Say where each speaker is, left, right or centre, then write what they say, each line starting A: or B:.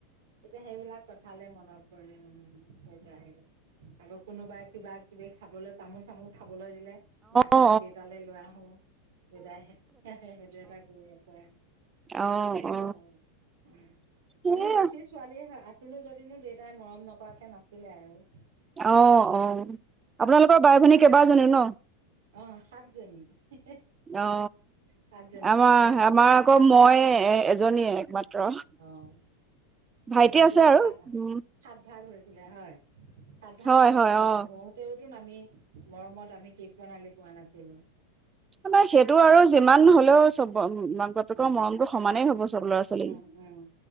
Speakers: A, on the right (about 85°); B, on the right (about 15°).
A: এতিয়া সেইবিলাক কথালে মনত পৰে মানে দেউতা <inaudible> আকৌ কোনোবাই কিবাকিবি খাবলৈ, তামোল-চামোল খাবলৈ দিলে নাখাও
B: অ অ
A: দেউতালৈ লৈ আহোঁ, দেউতাই সে- সে- সেইটো এটা গৌৰৱ কৰে।
B: অ
A: সেই তেনেকুৱা
B: অ
A: আৰু, উম। তাৰমানে
B: সেয়া
A: বেছি ছোৱালীয়ে আছিলো যদিনো দেউতাই মৰম নকৰাকে নাছিলে আৰু।
B: অ', অ', আপোনালোকৰ বাই-ভনী কেইবাজনীও ন'?
A: অ' সাতজনী, হঁ-হঁ,
B: অ
A: সাতজনী,
B: আমাৰ
A: দাদা এজনৰ
B: আমাৰ আকৌ মই এ-এজনীয়ে একমাত্ৰ,
A: অ
B: ভাইটি
A: আমাৰ এতিয়া
B: আছে আৰু
A: সাত
B: উম।
A: সাত ভাগ হৈছিলে হয়, সাত ভাগ
B: হয়
A: হোৱাৰ
B: হয়
A: <unintelligible>
B: অ
A: তেওঁতো নামি মৰমত আমি <unintelligible> প্ৰণালী পোৱা নাছিলোঁ।
B: নহয় সেইটো আৰু যিমান হ'লেও চব মাক বাপেকৰ
A: উম
B: মৰমটো সমানেই হ'ব চা চব ল'ৰা ছোৱালী
A: উম উম